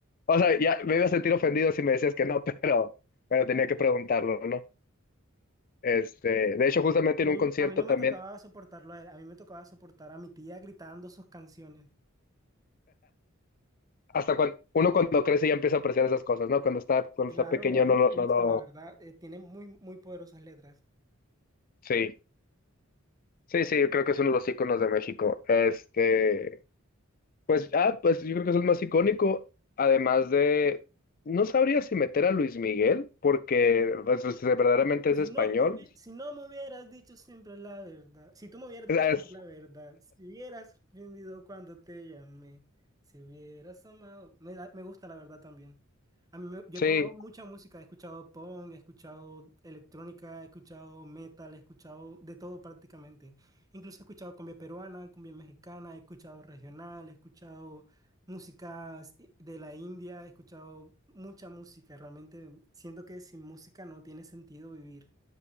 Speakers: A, on the left (about 40°); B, on the right (about 15°).
A: O sea, ya me iba a sentir ofendido si me decías que no, <laughs> pero, pero tenía que preguntarlo, ¿no? Este, de hecho, justamente
B: A mí,
A: en un concierto
B: a mí no
A: también,
B: me tocaba soportarlo a él. A mí me tocaba soportar a mi tía gritando sus canciones.
A: hasta cuando uno cuando crece ya empieza a apreciar esas cosas, ¿no? Cuando está, cuando
B: Claro,
A: está pequeño
B: a mí
A: no
B: me
A: lo,
B: gusta,
A: no lo,
B: la verdad. eh, tiene muy, muy poderosas letras.
A: sí. Sí, sí, yo creo que es uno de los íconos de México. Este, Pues, ah, pues yo creo que es el más icónico, además de, no sabría si meter a Luis Miguel, porque pues, es- verdaderamente
B: Si
A: es español.
B: no tuvi- si no me hubieras dicho siempre la verdad, si tú me hubieras dicho
A: Es- es-
B: siempre la verdad, si hubieras rendido cuando te llamé, si hubieras amado, me, da- me gusta la verdad también. A mí me- yo
A: sí,
B: he probado mucha música, he escuchado punk, he escuchado electrónica, he escuchado metal, he escuchado de todo prácticamente. Incluso he escuchado cumbia peruana, cumbia mexicana, he escuchado regional, he escuchado músicas de la India, he escuchado mucha música, realmente siento que sin música no tiene sentido vivir